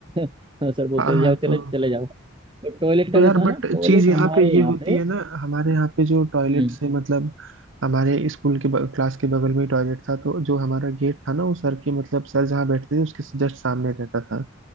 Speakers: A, on the right; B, on the right.
A: <laughs> सर बोलते
B: हाँ
A: थे
B: हाँ
A: जाओ चले
B: तो
A: चले जाओ तो टॉयलेट का
B: तो यार
A: जो था
B: बट
A: ना टॉयलेट
B: चीज यहाँ
A: हमारे
B: पे ये
A: यहाँ
B: होती
A: पे
B: है ना हमारे यहाँ पे जो टॉयलेट
A: हम्म
B: से मतलब हमारे स्कूल के ब- क्लास के बगल में ही टॉयलेट था तो जो हमारा गेट था ना वो सर के मतलब सर जहाँ बैठते थे उसके जस्ट सामने रहता था